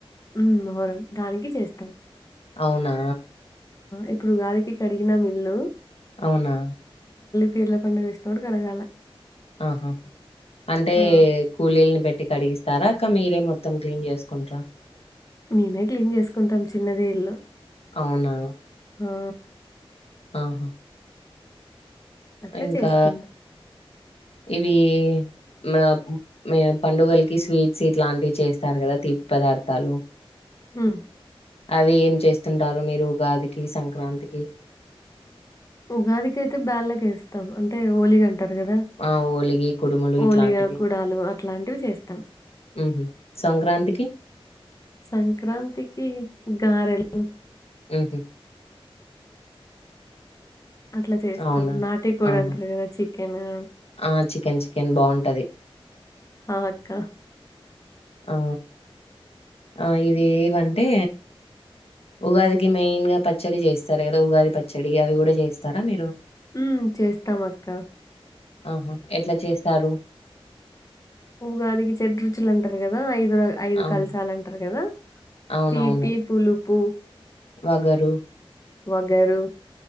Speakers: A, on the left; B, on the left.
A: ఉమ్ మొహరం దానికి చేస్తాం
B: అవునా
A: ఇప్పుడూ ఉగాదికి కడిగినం ఇల్లూ
B: అవునా
A: పీర్ల పండుగ వచ్చినప్పుడు కడగాల
B: ఆహా అంటే
A: ఆ
B: కూలీల్ని పెట్టి కడిగిస్తారా అ క్క మీరే మొత్తం క్లీీన్ చేసుకుంట్రా
A: మేమే క్లీన్ చేసుకుంటాం చిన్నదే ఇల్లు
B: అవునా!
A: హా
B: ఆహా
A: అట్లా
B: ఇంకా
A: చేసుకుంటాం
B: ఇవీ మా మే పండుగల్కీ స్వీట్స్ ఇట్లాంటివి చేస్తారు కదా తీపి పదార్థాలు
A: ఉమ్
B: అవి ఏం చేస్తుంటారు మీరు ఉగాదికి సంక్రాంతికి
A: ఉగాదికైతే బ్యాళ్ళకేస్తాం అంటే హోలీగ టరు కదా
B: ఆ ఓలిగి, కుడుములు
A: ఓలిగా
B: ఇట్లాంటివి
A: గుడాలు అట్లాంటివి చేస్తాం
B: ఉహు సంక్రాంతికి
A: సంక్రాంతికీ గారెలు
B: ఉహ్మ్
A: అట్ల చేస్తాం
B: అవునా!
A: నాటి కోడీ
B: ఆహా!
A: అంట్రూ కదా చికెను
B: ఆ చికెన్ చికెన్ బాగుంటది
A: ఆ అక్క
B: ఆ ఆ ఇవేవంటే ఉగాది కి మైన్ గా పచ్చడి చేస్తారు కదా ఉగాది పచ్చడి అవి కూడా చేస్తారా మీరు
A: ఉమ్ చేస్తామక్క
B: ఆహా ఎట్లా చేస్తారు
A: ఉగాదికి చెడ్రుచులంటరు గదా ఐ ఐదు
B: అవును
A: కాల్సాలంటారు గదా
B: అవునవును
A: తీపి పులుపు
B: వగరు
A: వొగరు